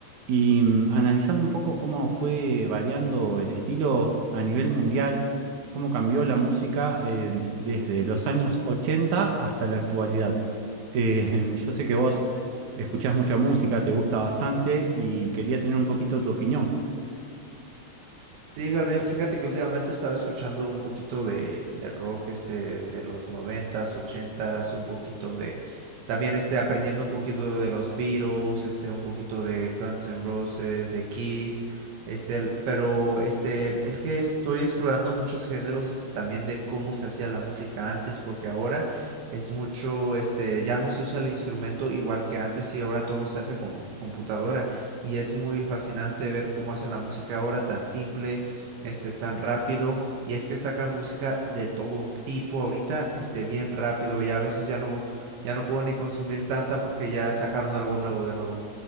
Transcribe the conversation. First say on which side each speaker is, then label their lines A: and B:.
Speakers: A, on the right; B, on the right.
A: y mm, analizando un poco cómo fue variando el estilo a nivel mundial, cómo cambió la música eh, desde los años 80 hasta la actualidad. Eh, <laughs> yo sé que vos escuchás mucha música, te gusta bastante y quería tener un poquito tu opinión.
B: Sí, Gabriel, fíjate que últimamente he estado escuchando un poquito de, de rock este de los noventas, ochentas, un poquito de también este aprendiendo un poquito de los Beatles, este un poquito de Guns N' Roses, de Kiss, este, el- pero este es que estoy explorando muchos géneros este también de cómo se hacía la música antes, porque ahora es mucho este ya no se usa el instrumento igual que antes y ahora todo se hace con computadora y es muy fascinante ver cómo hacen la música ahora tan simple este, tan rápido. Y es que sacan música de todo tipo ahorita, este, bien rápido. Y a veces ya no, ya no puedo ni consumir tanta porque ya sacaron algo nuevo de nuevo.